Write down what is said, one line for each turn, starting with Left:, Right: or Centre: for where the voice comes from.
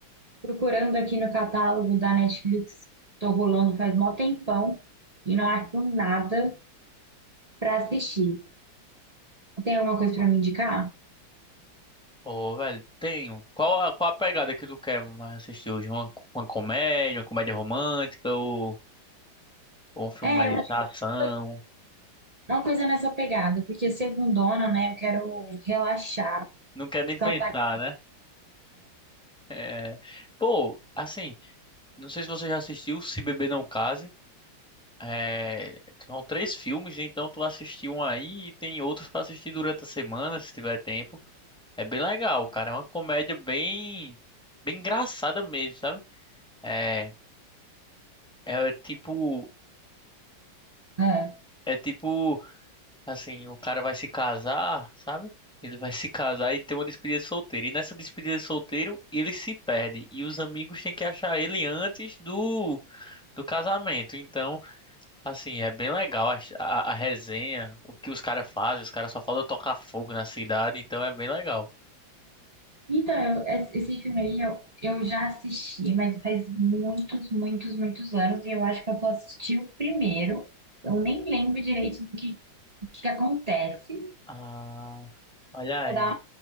Right: procurando aqui no catálogo da Netflix, tô rolando faz mó tempão e não acho nada pra assistir. Tem alguma coisa pra me indicar?
Centre: Ô, velho, tenho. Qual a, qual a pegada que tu quer mais assistir hoje? Uma, uma comédia, uma comédia romântica ou, ou um filme
Right: É,
Centre: mais
Right: eu acho
Centre: ação?
Right: que foi uma coisa nessa pegada, porque segundona, né, eu quero relaxar,
Centre: Não quero nem
Right: descansar
Centre: pensar,
Right: com
Centre: né? É... Pô, assim, não sei se você já assistiu Se Beber Não Case. É, são três filmes, então tu assistiu um aí e tem outros pra assistir durante a semana, se tiver tempo. É bem legal, cara. É uma comédia bem, bem engraçada mesmo, sabe? É, é é tipo,
Right: não.
Centre: é tipo, assim, o cara vai se casar, sabe? Ele vai se casar e tem uma despedida de solteiro. E nessa despedida de solteiro, ele se perde. E os amigos têm que achar ele antes do, do casamento. Então, Assim, é bem legal a, a, a resenha, o que os caras fazem, os caras só faltam tocar fogo na cidade, então é bem legal.
Right: Então, eu- es- esse filme aí eu, eu já assisti, mas faz muitos, muitos, muitos anos, e eu acho que eu só assisti o primeiro. Eu nem lembro direito do que, o que que acontece.
Centre: Ah, olha
Right: Vou
Centre: aí.
Right: dar,